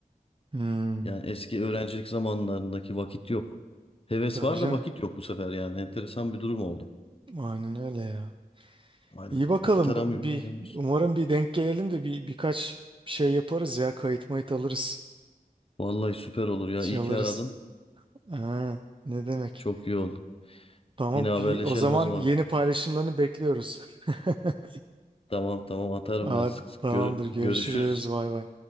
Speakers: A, on the right; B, on the left.
A: Hmm,
B: Yani eski öğrencilik zamanlarındaki vakit yok. Heves
A: tabii
B: var
A: canım.
B: da vakit yok bu sefer yani. Enteresan bir durum oldu.
A: Aynen öyle ya.
B: Aynen.
A: İyi
B: aynen.
A: bakalım.
B: Vakit aramıyor,
A: bu- Bir,
B: aramıyoruz.
A: umarım bir denk gelelim de bir birkaç şey yaparız ya. Kayıt mayıt alırız.
B: Vallahi süper olur ya.
A: Şey
B: İyi
A: alırız.
B: ki aradın.
A: Ha, ne demek?
B: Çok iyi oldu.
A: Tamam.
B: Yine haberleşelim
A: Bir, o zaman
B: o zaman.
A: yeni paylaşımlarını bekliyoruz. <laughs>
B: Tamam tamam atarım
A: Aa,
B: ben sık sık.
A: tamamdır.
B: Görü-
A: Görüşürüz.
B: görüşürüz.
A: Bay bay.